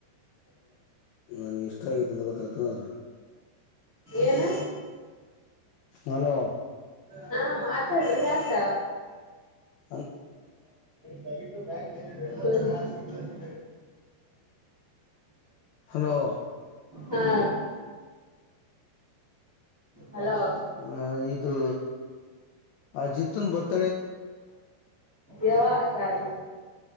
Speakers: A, on the left; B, on the right.
A: ನಾ ಇಷ್ಟ ಆಗತೆ ಅಂತ ಗೊತ್ತಾಗತ ಅದ್ರ
B: ಏನ
A: ಹಲೋ
B: ಹ ಮಾತಾಡ್ರಿ ಯಾತ
A: ಹ
B: ದವಿಟ್ಟು ಬಾಯ ಹೇಳಿದರು ಎಲ್ಲ ಜನ ಆಲಿದಬ್ಬಬ್
A: ಹಲೋ
B: ಹಾ ಹಲೋ
A: ಆ ಇದು ಆ ಜಿತ್ತನ್ ಬರ್ತ
B: ಯವ ಸಾರಿ